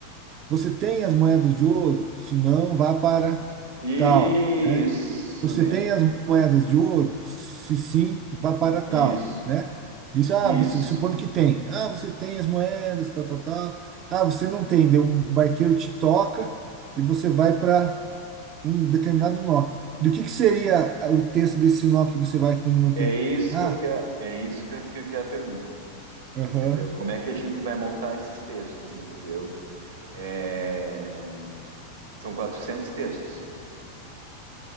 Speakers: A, on the right; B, on the right.
A: Você tem as moedas de ouro? Se não, vá para
B: Isso
A: tal. Né? Você
B: mesmo.
A: tem as moedas de ouro? Se sim, vá para tal,
B: Isso.
A: né? Diz, ah,
B: Isso.
A: você supondo que tem. Ah, você tem as moedas, tal, tal, tal. Ah, você não tem. Daí um barqueiro te toca e você vai para um determinado nó. Do que que seria ah, o texto desse nó que você vai quando não
B: É
A: tem?
B: isso
A: Ah,
B: que eu quero, é isso que eu, que eu quero a pergunta,
A: aham,
B: entendeu? Como é que a gente vai montar esses textos, entendeu? É, são 400 textos,